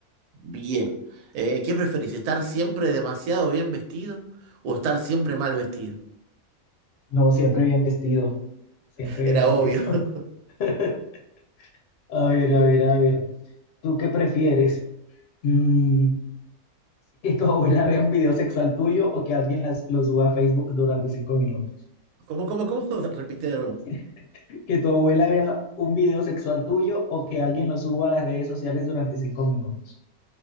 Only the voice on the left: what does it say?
No, siempre bien vestido, siempre
bien vestido.
<laughs> A ver, a ver, a ver, ¿tú qué prefieres? Mm, ¿que tu abuela vea un video sexual tuyo o que alguien las- lo suba a Facebook durante cinco minutos?
<laughs> ¿Que tu abuela vea un video sexual tuyo o que alguien lo suba a las redes sociales durante cinco minutos?